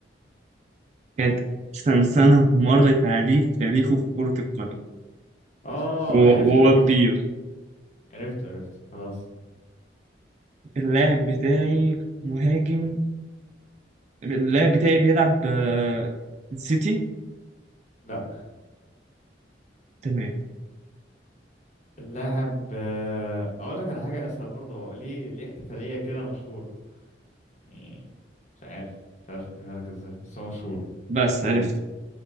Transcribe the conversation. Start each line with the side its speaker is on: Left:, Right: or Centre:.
Right: كانت أحسن سنة مرت عليه في تاريخه في كرة القدم
Left: اه
Right: وهو
Left: عرفته
Right: وهو
Left: عرفته
Right: كبير
Left: عرفته عرفته خلاص
Right: اللاعب بتاعي مهاجم اللاعب بتاعي بيلعب آه، السيتي
Left: لا
Right: تمام
Left: اللاعب آه، اقول لك على حاجة اسهل برضه هو ليه ليه احتفالية كده مشهورة يعني مش عارف مش عارف اجيبها لك ازاي بس هو مشهور
Right: بس
Left: مشهور
Right: عرفت
Left: جدا